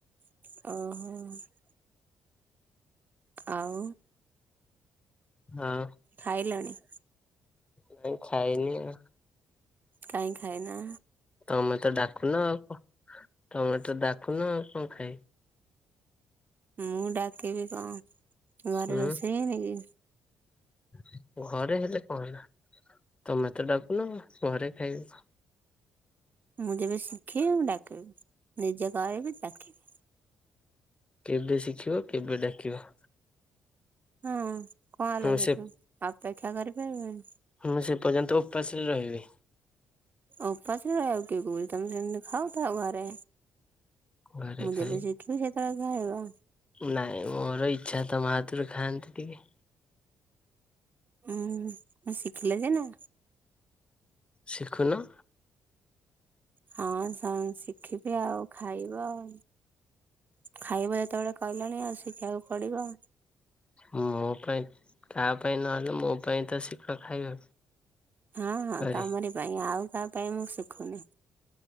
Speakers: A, on the right; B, on the left.
A: ଓହୋ। ଆଉ।
B: ଆଉ
A: ଖାଇଲଣି?
B: ନାଇଁ ଖାଇନି ଆଉ
A: କାଇଁ ଖାଇନ?
B: ତମେତ ଡାକୁନ ଆଉ, <inaudible> ତମେତ ଡାକୁନ ଆଉ କଣ ଖାଇବି
A: ମୁଁ ଡାକିବି କଣ? <inaudible> ଘରେ
B: ହୁଁ
A: ରୋଷେଇ ହେଇ ନି କି?
B: <inaudible> ଘରେ ହେଲେ କଣ ହେଲା? <inaudible> ତମେ ତ ଡାକୁନ ଘରେ ଖାଇବ
A: ମୁଁ ଯେବେ ଶିଖେଇବି ଡାକିବି <inaudible> ନିଜେ କରିବି ଡାକିବି
B: କେବେ ଶିଖିବ? କେବେ ଡାକିବ?
A: ହଁ କଣ ହେଲା
B: ମୁଁ
A: ସେଠୁ
B: ସେ
A: ଅ, ପେକ୍ଷା କରିପାରିବନି?
B: ମୁଁ ସେ ପର୍ଯ୍ୟନ୍ତ ଉପାସରେ ରହିବି
A: ଉପାସରେ ରହିବାକୁ କିଏ କହିଛି? ତମେ ଜେମେତି ଖାଉ ଥାଅ ଘରେ
B: ଘରେ
A: ମୁଁ
B: ଖାଇବି।
A: ଯେବେ ଶିଖିବି ସେତେବେଳେ ଖାଇବ।
B: ନାଇଁ ମୋର ଇଚ୍ଛା ତମ ହାତରୁ ଖାଆନ୍ତି ଟିକେ।
A: ଉୁଁ ମୁ ଶିଖିଲେ ସି ନା।
B: ଶିଖୁନ।
A: ହଁ ସନ ଶିଖିବି ଆଉ ଖାଇବ ଆଉ ଖାଇବ ଯେତେବେଳେ କହିଲାଣି ଆଉ ଶିଖିବାକୁ ପଡିବ।
B: ମୋ ପାଇଁ କାହା ପାଇଁ ନହେଲେ ମୋ ପାଇଁ ତ ଶିଖ ଖାଇବା।
A: ହଁ ହଁ
B: ଘରେ।
A: ତମରି ପାଇଁ ଆଉ କାହା ପାଇଁ ମୁଁ ଶିଖୁନି,